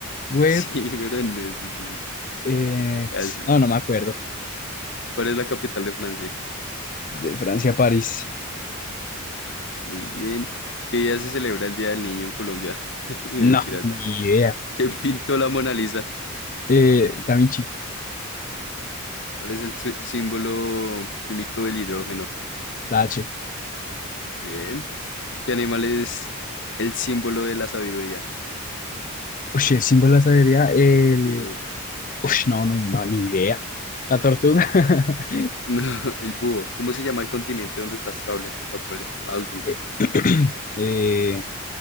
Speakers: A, on the left; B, on the left.
A: Web.
B: Sí, pero no es difícil.
A: eh,
B: Casi.
A: no, no me acuerdo.
B: ¿Cuál es la capital de Francia?
A: De Francia a París.
B: Muy bien. ¿Qué día se celebra el Día del Niño en Colombia? <laughs> Mentiras,
A: No, ni
B: no.
A: idea.
B: ¿Quién pintó la Mona Lisa?
A: Eh, Da Vinci,
B: ¿Cuál es el su- símbolo químico del hidrógeno?
A: la H.
B: Bien. ¿Qué animal es el símbolo de la sabiduría?
A: Uy, el símbolo de la sabiduría. El.
B: Eh,
A: Uy, no, no, no, ni idea. La tortuga. <laughs>
B: <laughs> no, el búho. ¿Cómo se llama el continente donde está Australia? Australia, la última.
A: Eh, <clears throat> eh,